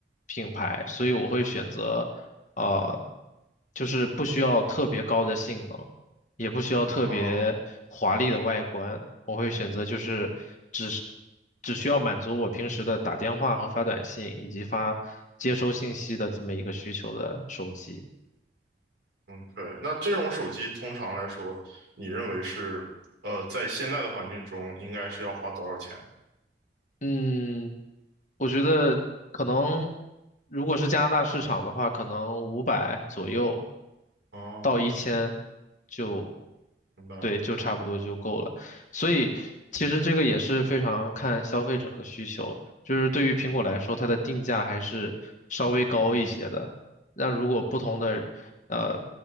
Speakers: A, on the left; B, on the right.
A: 品牌，所以我会选择，呃，就是不需要特别高的性能，也不需要特别华丽的外观，
B: 哦
A: 我会选择就是只是只需要满足我平时的打电话和发短信以及发接收信息的这么一个需求的手机。
B: 嗯，对。那这种手机通常来说，你认为是，呃，在现在的环境中应该是要花多少钱呢？
A: 嗯，我觉得可能如果是加拿大市场的话，可能五百左右
B: 哦，
A: 到一千就，
B: 明白。
A: 对，就差不多就够了。所以其实这个也是非常看消费者的需求，就是对于苹果来说，它的定价还是稍微高一些的。
B: 嗯。
A: 那如果不同的呃，